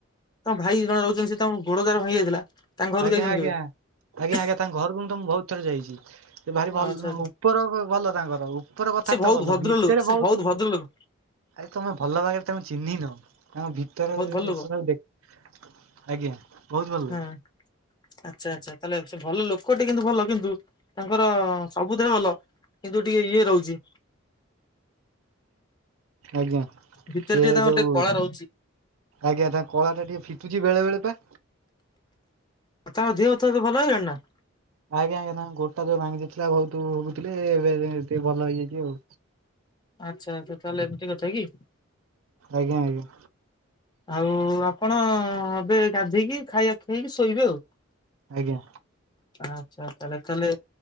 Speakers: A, on the left; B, on the right.
A: ତମ ଭାଇ ଜଣେ ରହୁଛନ୍ତି, ସେ ତମ ବୋଡ ଦାର ଭାଇ ଯାଇଥିଲା ତାଙ୍କ ଘରକୁ
B: ଆଜ୍ଞା
A: ଯାଇଛନ୍ତି
B: ଆଜ୍ଞା
A: କେବେ?
B: ଆଜ୍ଞା ଆଜ୍ଞା ତାଙ୍କ ଘରକୁ କିନ୍ତ ମୁଁ ବହୁତ ଥରେ ଯାଇଛି। ସେ ଭାରି ଭଲ
A: ଆଚ୍ଛା ଆଚ୍ଛା
B: ଉପର ଭଲ ତାଙ୍କର। ଉପର କଥା
A: ସେ ବହୁତ
B: ତ ଭଲ
A: ଭଦ୍ର
B: ଭିତରେ
A: ଲୋକ ସେ
B: ବହୁତ
A: ଭଦ୍ର ଲୋକ
B: ଆରେ ତମେ ଭଲ ଭାବରେ ତାଙ୍କୁ ଚିହ୍ନିନ ତାଙ୍କ ଭି ଜିନଷ
A: ବହୁତ ଭଲ ଲୋକ
B: ଟାକୁ ଦେଖି, ଆଜ୍ଞା ବହୁତ ଭଲ।
A: ହଁ। ଆଚ୍ଛା ଆଚ୍ଛା, ତାହେଲେ ସେ ଭଲ ଲୋକଟେ କିନ୍ତୁ ଭଲ କିନ୍ତୁ ତାଙ୍କର ସବୁଥିରେ ଭଲ। କିନ୍ତୁ ଟିକେ ଇଏ ରହୁଛି।
B: ଆଜ୍ଞା
A: ଭିତରେ
B: କିଏ
A: ଟିକେ ତାଙ୍କର
B: ଯୋଉ
A: ଟିକେ କଳା ରହୁଛି।
B: ଆଜ୍ଞା ତାଙ୍କ କଳା ଟିକେ ଫିଟୁଛି ବେଳେ ବେଳେ ପା।
A: ଆଉ ତାଙ୍କ ଦେହ ତ ଏବେ ଭଲ ହେଇଗଲାଣି ନା?
B: ଆଜ୍ଞା ଆଜ୍ଞା ନାଗୋଡ଼ ଟା ଯୋଉ ଭାଙ୍ଗିଥିଲା, ବହୁତ ଭୋଗୁଥିଲେ ଏବେ ଟିକେ ଭଲ ହେଇଯାଇଛି ଆଉ।
A: ଆଚ୍ଛା ତାହେଲେ ଏମିତି କଥା କି?
B: ଆଜ୍ଞା ଆଜ୍ଞା।
A: ଆଉ ଆପଣ ଏବେ ଗାଧେଇକି ଖାଇବା ଖାଇକି ଶୋଇବେ ଆଉ।
B: ଆଜ୍ଞା।
A: ଆଛା ତାହେଲେ ତାହଲେ